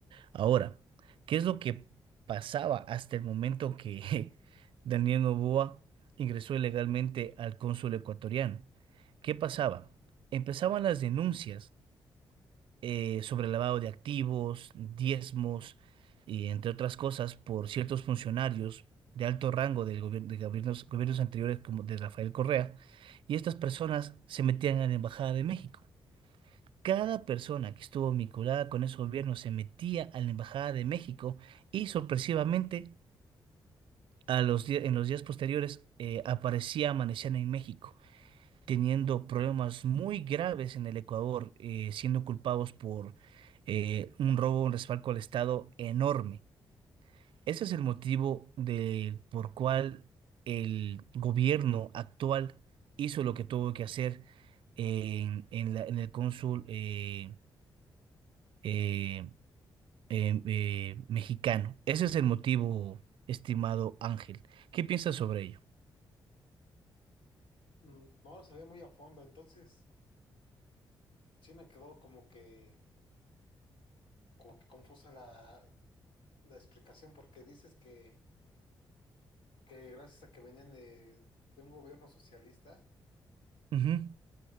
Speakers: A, on the right; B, on the left.
A: Ahora, ¿qué es lo que pasaba hasta el momento que <laughs> Daniel Noboa ingresó ilegalmente al cónsul ecuatoriano? ¿Qué pasaba? Empezaban las denuncias eh, sobre lavado de activos, diezmos y entre otras cosas por ciertos funcionarios de alto rango del gobier- de gobiernos, gobiernos anteriores como de Rafael Correa y estas personas se metían a la Embajada de México. Cada persona que estuvo vinculada con ese gobierno se metía a la Embajada de México y sorpresivamente a los di- en los días posteriores eh, aparecía, amanecían en México, teniendo problemas muy graves en el Ecuador, eh, siendo culpados por eh, un robo, un respaldo al Estado enorme. Ese es el motivo de, por cual el gobierno actual hizo lo que tuvo que hacer en, en la- en el cónsul. eh, eh, eh, eh, mexicano. Ese es el motivo, estimado Ángel. ¿Qué piensas sobre ello?
B: Mm, No lo sabía muy a fondo, entonces sí me quedó como que como que confusa la, la explicación, porque dices que, que gracias a que venían de, de un gobierno socialista,
A: Ujú.